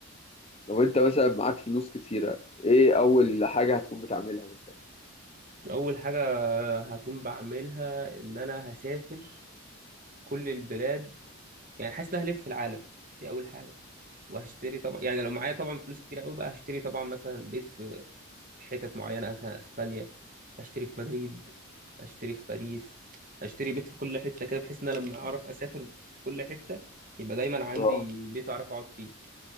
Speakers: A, on the left; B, on the right.
A: لو انت مثلا معاك فلوس كتيره ايه اول حاجه هتكون بتعملها مثلا
B: اول حاجة هكون بعملها ان انا هسافر كل البلاد يعني حاسس ان أنا هلف في العالم دي اول حاجه وهشتري طبعا يعني لو معايا طبعا فلوس كتير قوي بقى هشتري طبعا مثلا بيت في حتت معينه مثلا اسبانيا هشتري في مدريد هشتري في باريس هشتري بيت في كل حته كده بحيث ان انا لما اعرف اسافر في كل حته يبقى دايما عندي
A: اه
B: بيت اعرف اقعد فيه